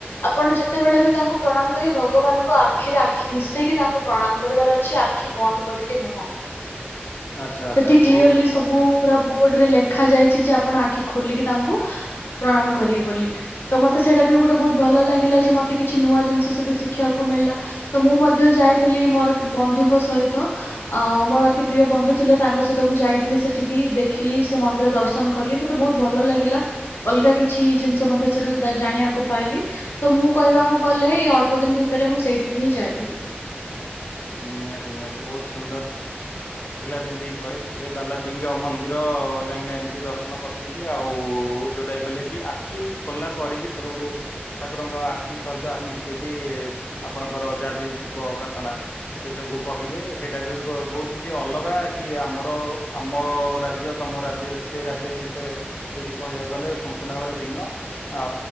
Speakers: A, on the left; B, on the left.
A: ଆପଣ ଯେତେବେଳେ ବି ତାଙ୍କୁ ପ୍ରଣାମ କରିବେ ଭଗବାନଙ୍କ ଆଖିରେ ଆଖି ମିଶେଇକି ତାଙ୍କୁ ପ୍ରଣାମ କରି ବାର ଆଖି ବନ୍ଦ କରିକି ନୁହଁ।
B: ଆଚ୍ଛା ଆଚ୍ଛା
A: ସେଠି କ୍ଲିୟରଲି
B: ବହୁତ
A: ସବୁ ବୋର୍ଡ ରେ ଲେଖା ଯାଇଛି ଯେ ଆପଣ ଆଖି ଖୋଲିକି ତାଙ୍କୁ ପ୍ରଣାମ କରିବେ ବୋଲି। ତ ମୋତେ ସେଇଟା <unintelligible> ଗୋଟେ ବହୁତ ଭଲ ଲାଗିଲା ଯେ ମତେ କିଛି ନୂଆ ଜିନିଷ ସେଠୁ ଶିଖିବାକୁ ମିଳିଲା। ତ ମୁଁ ମଧ୍ୟ ଯାଇଥିଲି ମୋ ମୋର ଏକ ବନ୍ଧୁଙ୍କ ସହିତ। ଆଉ ମୋର ଅତି ପ୍ରିୟ ବନ୍ଧୁ ଥିଲେ ତାଙ୍କ ସହିତ ମୁଁ ଯାଇଥିଲି ସେଠିକି। ଦେ ଖିଲି, ସେ ମନ୍ଦିର ଦର୍ଶନ କଲି। ମୋତେ ବହୁତ ଭଲ ଲାଗିଲା। ଅଲଗା କିଛି ଜିନିଷ ମଧ୍ୟ ସେଠୁ ଦା-ଜାଣିବା କୁ ପାଇଲି। ତ ମୁଁ କହିବାକୁ ଗଲେ ଏଇ ଅଳ୍ପ ଦିନ ଭିତରେ ମୁଁ ସେଇଠିକି ହିଁ ଯାଇଥିଲି।
B: ନିହାତି ନିହାତି ବହୁତୁ ସୁନ୍ଦର ଥିଲା ଯେମିତି କହେ ସେ ବାଲାଜୀଙ୍କ ମନ୍ଦିର ଯାଇକିନା ଏମିତି ଦର୍ଶନ କରିଛନ୍ତି। ଆଉ ଓ ଯୋଉଟା କହିଲେ କି ଆଖି ଖୋଲା କରିକି ଠାକୁରଙ୍କୁ ଠାକୁରଙ୍କ ଆଖି ସହିତ ଆଖି ମିଶେଇକି ଆପଣଙ୍କର ଯାହା ବି ଥିବ ପ୍ରାର୍ଥନା ସେ ସବୁ କହିବେ। ସେଇଟା ବି କୋ ବହୁତ କିଛି ଅଲଗା କି ଆମର ଆମ ରାଜ୍ୟ ତମ ରାଜ୍ୟ ସେ ରାଜ୍ୟ ବିଷୟରେ ଯଦି କହିବାକୁ ଗଲେ ସମ୍ପୂର୍ଣ୍ଣ ଭାବରେ ଭିନ୍ନ ଅ